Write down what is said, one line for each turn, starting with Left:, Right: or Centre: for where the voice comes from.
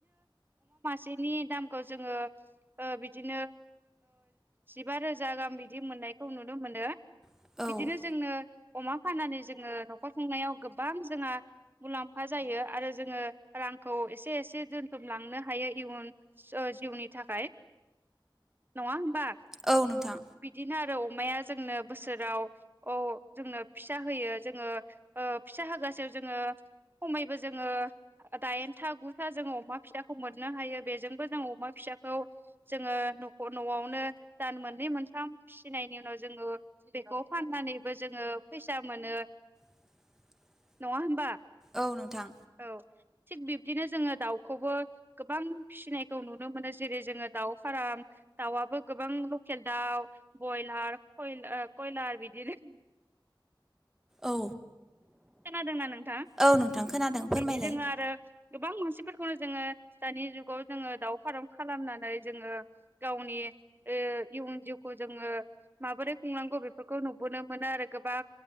Right: नि दामखौ जोङो बिदिनो जिबा रोजा गाह बिदि मोननायखौ नुनो मोनो
Centre: औ
Right: बिदिनो जोंनो अमा फाननानै जोङो न'खर खुंनायाव गोबां जोंहा मुलाम्फा जायो आरो जोङो रांखौ एसे एसे दोनथुम लांनो हायोै जि जिउनि थाखाय नङा होमबा।
Centre: औ नोंथां
Right: बिदिनो आरो अमाया जोंनो बोसोराव अ जोंनो फिसा होयो जोङो फिसा होगासे जोङो खमैबो जोङो दाइनथा गुथा जो अमा फिसाखौ मोन मोननो हायो बेजोंबो जों अमा फिसाखौ जोङो नख'-न'आवनो दान मोननै मोनथाम फिसिनायनि उनाव जोङो बेखौ फाननानैबो जोङो फैसा मोनो।
Centre: <inaudible>
Right: नङा होमबा?
Centre: औ नोंथां
Right: औ, थिग बिब्दिनो जोङो दाउखौबो गोबां फिसिनायखौ नुनो मोनो जेरै जोङो दाउ फाराम दाउआबो गोबां लकेल दाउ, बयलार, खयला ओ कयलार बिदि रोखोमनि।
Centre: औ।
Right: खोनादोंना नोंथां
Centre: औ नोंथां खोनादों फोरमायलाय
Right: बिदि दोङो आरो गोबां मान- सिफोरखौनो जोङो दानि जुगाव जोङो दाउ फाराम खालामनानै जोङो गावनि ओ इयुन जिउखौ जोङो माबोरै खुंनांगौ बेफोरखौ नुबोनो मोनो आरो गोबां